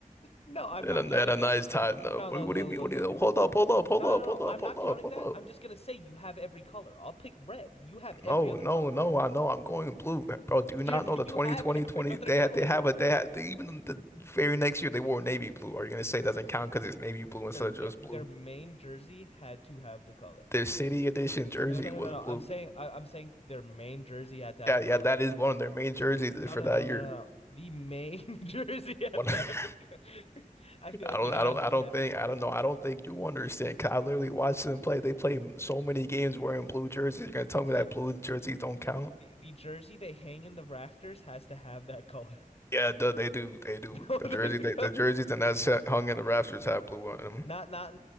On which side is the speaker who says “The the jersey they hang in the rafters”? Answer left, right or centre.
Left